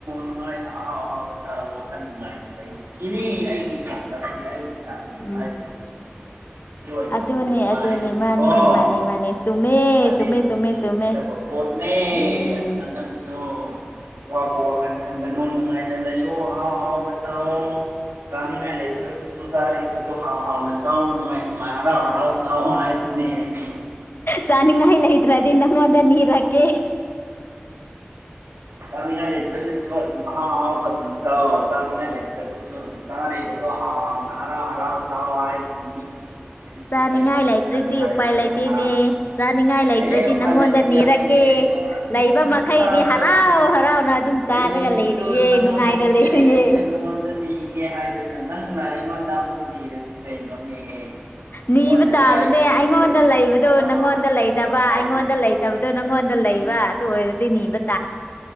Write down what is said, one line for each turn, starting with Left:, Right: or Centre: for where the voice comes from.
Right: ꯅꯨꯡꯉꯥꯏ ꯑꯍꯥꯎ ꯑꯍꯥꯎꯕ ꯆꯥꯔꯣ ꯋꯥꯈꯟ ꯅꯨꯡꯉꯥꯏꯅ ꯂꯩꯌꯨ ꯁꯤꯅꯤ ꯑꯩꯒꯤ <unintelligible> ꯑꯩꯒꯤ ꯇꯥꯔꯒꯦꯠ
Left: ꯎꯝ
Right: ꯍꯥꯏꯕꯗꯨ <unintelligible> <unintelligible>
Left: ꯑꯗꯨꯅꯦ ꯑꯗꯨꯅꯦ ꯃꯥꯅꯦ ꯃꯥꯅꯦ ꯃꯥꯅꯦ ꯆꯨꯝꯃꯦ ꯆꯨꯝꯃꯦ ꯆꯨꯝꯃꯦ ꯆꯨꯝꯃꯦ
Right: ꯄꯣꯠꯅꯦ
Left: ꯎꯝ
Right: ꯑꯗꯨꯅ ꯅꯪꯖꯨ ꯑꯋꯥꯕ ꯋꯥꯈꯟ ꯈꯟꯒꯅꯨ ꯅꯨꯡꯉꯥꯏ ꯂꯩꯌꯣ ꯑꯍꯥꯎ ꯑꯍꯥꯎꯕ ꯆꯥꯎꯋꯣ ꯆꯥꯅꯤꯉꯥꯏ ꯂꯩꯇ꯭ꯔꯒ ꯆꯥꯔꯤꯕꯗꯣ ꯍꯥꯎ ꯍꯥꯎꯅ ꯆꯥꯎ ꯅꯨꯉꯥꯏ ꯅꯨꯉꯥꯏ ꯍꯔꯥꯎ ꯍꯔꯥꯎ ꯆꯥꯎ ꯍꯥꯏꯗꯨꯅꯦ ꯑꯩꯗꯤ
Left: ꯆꯥꯅꯤꯡꯉꯥꯏ ꯂꯩꯇ꯭ꯔꯗꯤ ꯅꯪꯉꯣꯟꯗ ꯅꯤꯔꯛꯀꯦ
Right: ꯆꯥꯅꯤꯡꯉꯥꯏ ꯂꯩꯇ꯭ꯔꯒꯖꯨ ꯑꯗꯨꯝ ꯑꯍꯥꯎ ꯑꯍꯥꯎꯕ ꯗꯨꯝ ꯆꯥꯎ ꯆꯥꯅꯤꯉꯥꯏ ꯂꯩꯇ꯭ꯔꯒꯖꯨ ꯗꯨꯝ ꯆꯥꯔꯤꯕꯗꯣ ꯍꯥꯥꯎ ꯍꯥꯎꯅ ꯍꯔꯥꯎ ꯍꯔꯥꯎ ꯆꯥꯎ ꯍꯥꯏꯁꯤꯅꯤ ꯑꯩꯒꯤ
Left: ꯆꯅꯤꯡꯉꯥꯏ
Right: ꯑꯩꯒꯤ
Left: ꯂꯩꯇ꯭ꯔꯗꯤ
Right: ꯋꯥꯈꯜ ꯍꯥꯏꯕꯕꯨ
Left: ꯎꯄꯥꯏ ꯂꯩꯇꯦꯅꯦ
Right: ꯍꯥ
Left: ꯆꯥꯅꯤꯡ ꯉꯥꯏ ꯂꯩꯇꯔ꯭ꯗꯤ
Right: ꯑꯦ ꯎꯄꯥꯏ
Left: ꯅꯪꯉꯣꯟꯗ
Right: ꯂꯩꯇ
Left: ꯅꯤꯔꯛꯀꯦ
Right: ꯌꯥꯄꯣꯟꯇꯦ ꯑꯗꯣ ꯑꯗꯨꯝ
Left: ꯂꯩ ꯃꯈꯩꯗꯤ
Right: ꯆꯥꯒꯗꯕꯅꯤ
Left: ꯍꯔꯥꯎ ꯍꯔꯥꯎꯅ ꯑꯗꯨꯝ
Right: ꯂꯩꯕꯗꯨ
Left: ꯆꯥꯔꯒ ꯂꯩꯔꯤꯌꯦ
Right: ꯅꯪꯉꯣꯟꯗꯅꯤꯅꯦ
Left: ꯅꯨꯡꯉꯥꯏꯅ ꯂꯩꯔꯤꯌꯦ
Right: ꯑꯩꯅ ꯅꯪꯉꯣꯟꯗ ꯅꯤꯒꯦ ꯍꯥꯏꯗꯅ ꯅꯪꯅ ꯑꯩꯉꯣꯟꯗ ꯑꯃꯨꯛ ꯅꯤꯔꯗꯤ ꯀꯩꯅꯣꯅꯦꯍꯦ
Left: ꯅꯤꯕ
Right: ꯅꯪꯉꯣꯟꯗꯅꯦ
Left: ꯇꯥꯕꯅꯦ
Right: ꯑꯩꯅ ꯅꯤꯒꯗꯧꯔꯤꯁꯦ
Left: ꯑꯩꯉꯣꯟꯗ ꯂꯩꯕꯗꯣ
Right: ꯀꯗꯥꯏꯗꯒꯤ
Left: ꯅꯪꯉꯣꯟꯗ ꯂꯩꯇꯕ
Right: ꯀꯥꯏꯗꯒꯤ
Left: ꯑꯩꯉꯣꯟꯗ ꯂꯩꯇꯕꯗꯣ ꯅꯪꯉꯣꯟꯗ
Right: ꯑꯗꯨꯗꯤ
Left: ꯂꯩꯕ ꯑꯥ ꯑꯗꯨ ꯑꯣꯏꯔꯗꯤ ꯅꯤꯕ ꯇꯥ